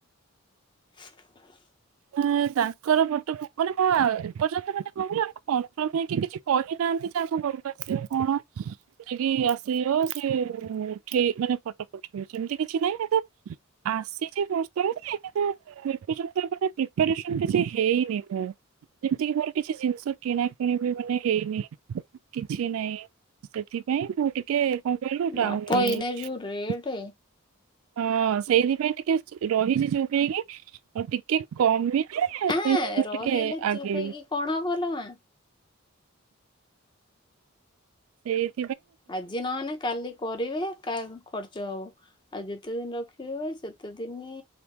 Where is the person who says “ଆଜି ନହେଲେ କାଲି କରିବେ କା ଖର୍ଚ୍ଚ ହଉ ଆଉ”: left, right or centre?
Left